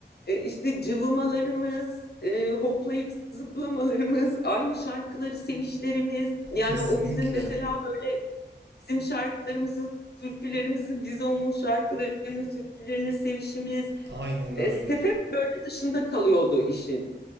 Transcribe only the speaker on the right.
kesinlikle
aynen
öyle.